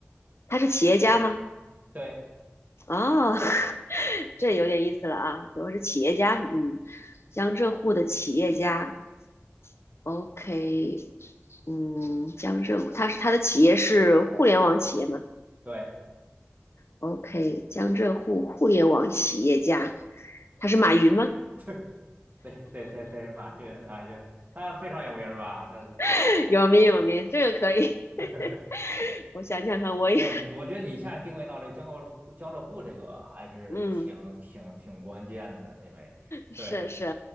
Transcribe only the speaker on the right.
对
对
对对对对对，马云马云，他非常有名儿吧？他是
<laughs>
哇，你我觉得你一下定位到这江浙沪江浙沪这个还是挺挺挺关键的，
因为对，